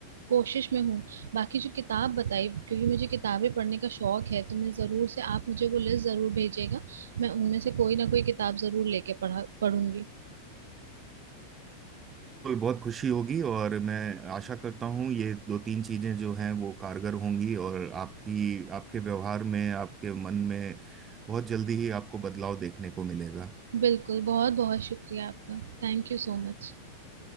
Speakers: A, on the right; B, on the right.
A: कोशिश में हूँ बाकी जो किताब बताई क्योंकि मुझे किताबें पढ़ने का शौक है तो मैं ज़रूर से आप मुझे वो लिस्ट ज़रूर भेजिएगा मैं उनमें से कोई ना कोई किताब ज़रूर लेके पढ़ा पढ़ूंगी
B: बिल्कुल बहुत खुशी होगी और मैं आशा करता हूँ ये दो तीन चीजें जो हैं वो कारगर होंगी और आपकी आपके व्यवहार में आपके मन में बहुत जल्दी ही आपको बदलाव देखने को मिलेगा
A: बिल्कुल बहुत बहुत शुक्रिया आपका Thank you so much